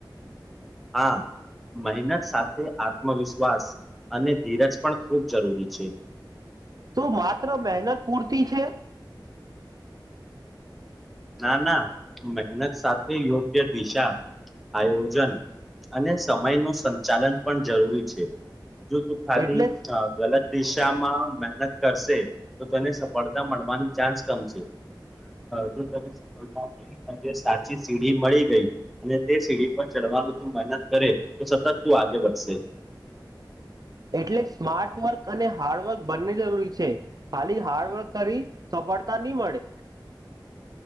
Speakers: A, in the centre; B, on the right.
A: હા મહેનત સાથે આત્મવિશ્વાસ અને ધીરજ પણ ખૂબ જરૂરી છે
B: શું માત્ર મહેનત પૂરતી છે
A: ના ના મહેનત સાથે યોગ્ય દિશા આયોજન અને સમયનું સંચાલન પણ જરૂરી છે જો તું ખાલી
B: એટલે
A: ગલત દિશામાં મહેનત કરશે તો તેને સફળતા મળવાની ચાન્સ કમ છે પણ સફતા સાચી સીડી મળી ગઈ અને તે સીડી પર ચડવાનું મહ કરે તો સતત તું આગે વધશે
B: <inaudible> એટલે સ્માર્ટ વર્ક અને હાર્ડવર્ક બંને જરૂરી છે ખાલી હાર્ડવર્ક કરી તો ફળતા ની મળે